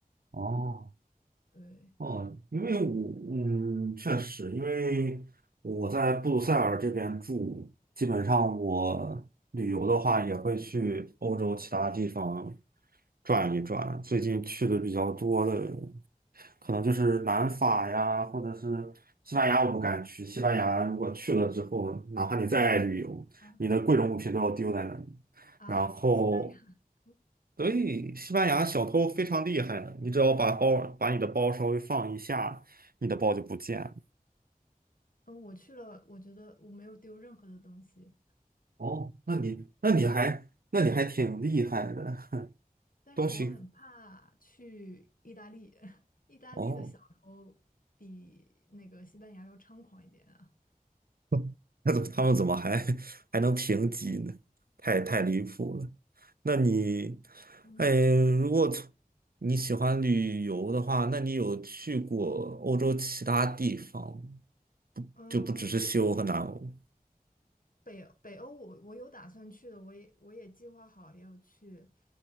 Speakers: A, on the right (about 70°); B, on the left (about 60°).
A: 啊？哦。
B: 对，
A: 哦，因为我嗯，确实，因为我在布鲁塞尔这边住，基本上我旅游的话也会去欧洲其他地方
B: 嗯
A: 转一转。最近去的比较多的，可能就是南法呀，或者是西班牙，我不敢去。西班牙如果去了之后，哪怕你再爱旅游，
B: 啊
A: 你的贵重物品都要丢在那里。
B: 啊，
A: 然后
B: 西班牙，<laughs>
A: 所以西班牙小偷非常厉害的，你只要把包把你的包稍微放一下，你的包就不见了。
B: 嗯，我去了，我觉得我没有丢任何的东西，
A: 哦，那你那你还那你还挺厉害的，<laughs>
B: 但是我很怕去意大利，
A: 东西
B: <laughs> 意大利的小偷比那个西班牙要猖狂一点啊。
A: 哦，<laughs> 那怎么他们怎么还 <laughs> 还能评级呢？太太离谱了。那你，
B: 嗯
A: 哎，如果从你喜欢旅游的话，那你有去过欧洲其他地方吗
B: 嗯，
A: 就不只是西欧和南欧。
B: 呃我北北欧我我有打算去的，我也我也计划好要去。